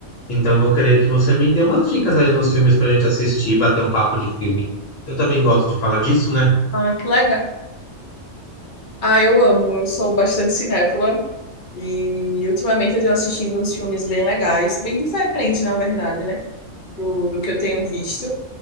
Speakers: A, on the left; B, on the left.
A: Então vou querer que você me dê umas dicas aí nos filmes pra gente assistir, bater um papo de filme. Eu também gosto de falar disso, né?
B: Ah, que legal. Ah, eu amo, eu sou bastante cinéfila e ultimamente eu tenho assistindo uns filmes bem legais, bem diferentes, na verdade, né, do, do que eu tenho visto.